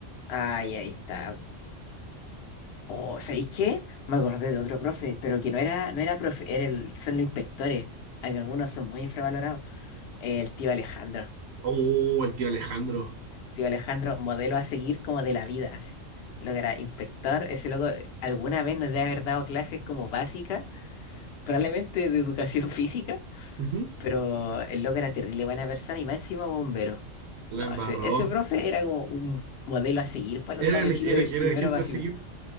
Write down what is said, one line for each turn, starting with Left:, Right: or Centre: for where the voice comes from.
Left: Ay, ahí está. Oh, ¿sabéis qué? Me acordé de otro profe, pero que no era, no era profe, era el, son los inspectores. Hay algunos son muy infravalorados. El tío Alejandro.
Right: Oh, el tío Alejandro.
Left: Tío Alejandro, modelo a seguir como de la vida. así. Lo que era inspector, ese loco eh, alguna vez nos debe haber dado clases como básicas, probablemente de educación <laughs> física,
Right: Ujú.
Left: pero el loco era terrible buena persona y más encima bombero.
Right: La
Left: No,
Right: embarró.
Left: ese, ese profe era como un modelo a seguir para los
Right: Era
Left: cabros
Right: el,
Left: chicos
Right: era-
Left: de
Right: era
Left: primero
Right: el ejemplo
Left: básico.
Right: a seguir.